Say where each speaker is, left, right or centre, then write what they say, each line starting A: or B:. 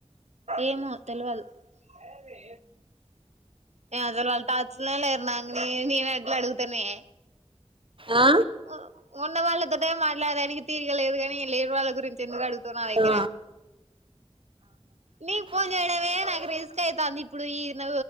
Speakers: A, on the right; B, on the right.
A: ఏమో తెలువదు బ్లాంక్ <inaudible> నే అసలు వాళ్ళ టాచ్ లనే లేరు నాంగ ని నేను ఎట్లా అడుగుతనే
B: ఆ
A: ఉ ఉన్న వాళ్ళతోటే మాట్లాడానికి తీరిగలేదు కాని లేని వాళ్ళ గురించి ఎందుకు అడు తనవ్ నా దగ్గర
B: ఆ
A: నీ ఫోన్
B: బ్లాంక్
A: చేయడమే నాకు రిస్క్ అయితంది ఇప్పుడు ఈ ను